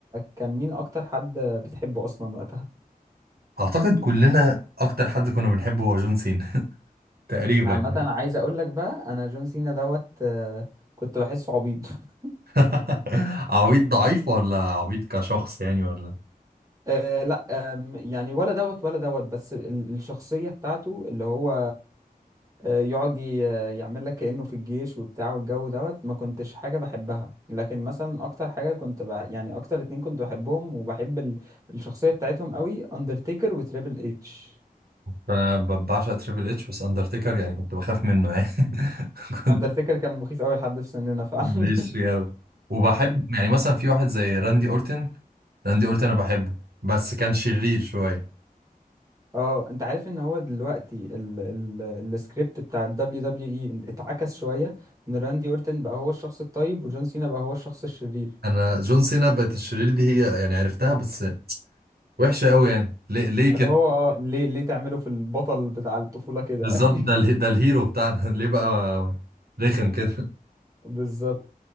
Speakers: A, on the right; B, on the right.
A: كان مين اكتر حد بتحبه اصلا وقتها
B: اعتقد كلنا اكتر حد كنا بنحبه هو جون سينا <laughs> تقريبا
A: عامه يعني انا عايز اقول لك بقى انا جون سينا دوت آه، كنت بحسه عبيط <laughs>
B: <laughs> عبيط ضعيف ولا عبيط كشخص يعني ولا
A: آه، لا آم، يعني ولا دوت ولا دوت بس ال- الشخصيه بتاعته اللي هو آه، يقعد ي- يعمل لك كانه في الجيش وبتاع والجو دوت ما كنتش حاجه بحبها لكن مثلا اكتر حاجه كنت بقى يعني اكتر اتنين كنت بحبهم وبحب ال- الشخصيه بتاعتهم قوي اندرتيكر وتريبل اتش
B: ف- ب- بعشق تريبل اتش بس اندرتيكر يعني كنت بخاف منه يعني <laughs> كنت
A: اندرتيكر كان مخيف قوي لحد في سننا فعلا
B: ماليش فيه أوي وبحب يعني مثلا في واحد زي راندي أورتن راندي أورتن أنا بحبه بس كان شرير شوية
A: اه انت عارف ان هو دلوقتي ال ال السكريبت بتاع ال WWE اتعكس شوية ان راندي اورتن بقى هو الشخص الطيب وجون سينا بقى هو الشخص الشرير
B: أنا جون سينا بقت الشرير دي هي يعني عرفتها بس وحشة أوي يعني ليه ليه
A: اللي
B: كده
A: هو <laughs> اه ليه ليه تعمله في البطل بتاع الطفولة كده
B: بالظبط
A: يعني
B: ده
A: <laughs>
B: اله- ده الهيرو بتاعنا <laughs> ليه بقى رخم كده
A: بالظبط